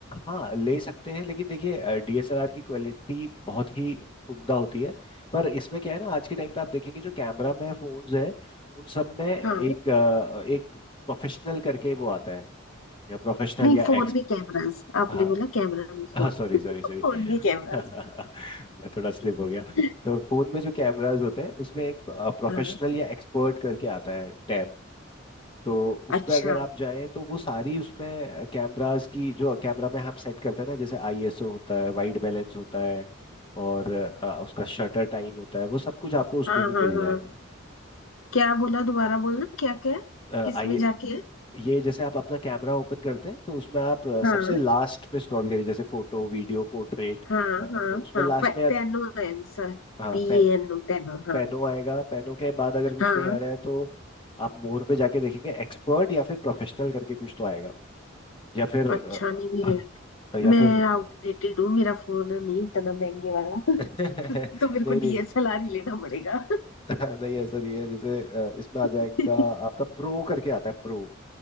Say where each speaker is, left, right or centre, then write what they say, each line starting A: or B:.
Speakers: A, on the left; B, on the left.
A: हाँ ले सकते हैं लेकिन देखिए डीएसएलआर की क्वालिटी बहुत ही उम्दा होती है पर इसमें क्या है ना आज के टाइम पे आप देखेंगे जो कैमरा में फोन्स हैं उन सब में एक
B: हाँ
A: अ, एक प्रोफेशनल करके वो आता है या प्रोफेशनल
B: नहीं
A: या
B: फोन
A: एक्स
B: में कैमरास आपने
A: हाँ
B: बोला कैमरा में
A: हाँ
B: फोन
A: सॉरी सॉरी सॉरी
B: फोन में कैमरास
A: <laughs> मैं थोड़ा स्लिप हो
B: <laughs>
A: गया तो फोन में जो कैमरास होते हैं उसमें एक प्रोफेशनल
B: हाँ
A: या एक्सपर्ट करके आता है टैब तो उस
B: अच्छा
A: पर अगर आप जाएं तो वो सारी उसमें कैमरास की जो कैमरा में हम सेट करते हैं ना जैसे आईएसओ होता है वाइट बैलेंस होता है और अ, उसका शटर टाइम होता है वो सब कुछ आपको उसमें
B: हाँ
A: भी
B: हाँ
A: मिल
B: हाँ
A: जाएगा
B: क्या बोला दोबारा बोलना क्या क्या है
A: अ,
B: किस
A: आई
B: में जाके है
A: ये जैसे आप अपना कैमरा ओपन करते हैं तो उसमें आप अ,
B: हाँ
A: सबसे लास्ट में स्क्रॉल करिए जैसे फोटो वीडियो पोर्ट्रेट
B: हाँ हाँ
A: उसमें
B: हाँ
A: लास्ट
B: पे,
A: में आप-
B: पेनो है आंसर
A: हाँ
B: पी
A: पे,
B: एन ओ पेनो हाँ
A: पेनो आएगा पेनो के बाद अगर कुछ
B: हाँ
A: नहीं आ रहा है तो आप मोर पे जाके देखेंगे एक्सपर्ट या फिर प्रोफेशनल करके कुछ तो आएगा या फिर
B: अच्छा नहीं मेरे
A: अ, या
B: मैं
A: फिर
B: आउटडेटेड हूँ मेरा फोन नहीं उतना महंगे वाला <laughs>
A: <laughs>
B: तो मेरे
A: नहीं
B: को
A: नहीं
B: डीएसएलआर ही लेना पड़ेगा
A: <laughs> नहीं ऐसा नहीं है जैसे अ, इसमें आ
B: <laughs>
A: जाएगा आपका प्रो करके आता है प्रो